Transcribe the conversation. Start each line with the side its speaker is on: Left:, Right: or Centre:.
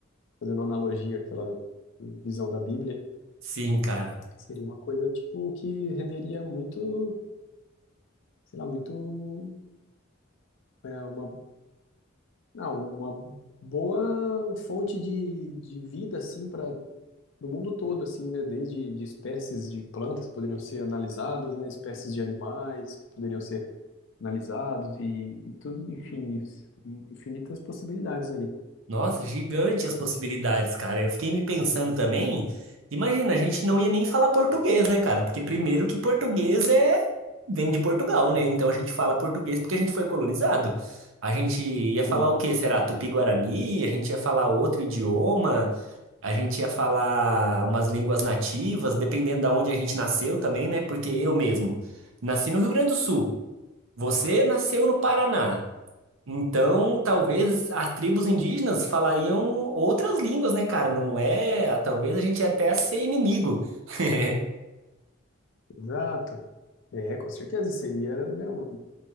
Left: fazendo uma analogia àquela visão da Bíblia.
Right: Sim, cara.
Left: Seria uma coisa tipo que renderia muito, sei lá, muito é, uma Não, uma boa fonte de, de vida, assim, para o mundo todo, assim, né? Desde de espécies de plantas que poderiam ser analisadas, né? Espécies de animais que poderiam ser analisados e, e tudo, enfim, isso, infinitas possibilidades ali.
Right: Nossa, gigante as possibilidades, cara. Eu fiquei me pensando também. Imagina, a gente não ia nem falar português, né, cara? Porque primeiro que português é vem de Portugal, né? Então a gente fala português porque a gente foi colonizado. A gente ia falar
Left: Sim,
Right: o quê? Será Tupi-Guarani? A gente ia falar outro idioma? A gente ia falar umas línguas nativas, dependendo da onde a gente nasceu também, né? Porque eu mesmo nasci no Rio Grande do Sul. Você nasceu no Paraná, então talvez as tribos indígenas falariam outras línguas, né, cara? Não é? Talvez a gente ia até ser inimigo. <laughs>
Left: exato. É, com certeza seria, né? um-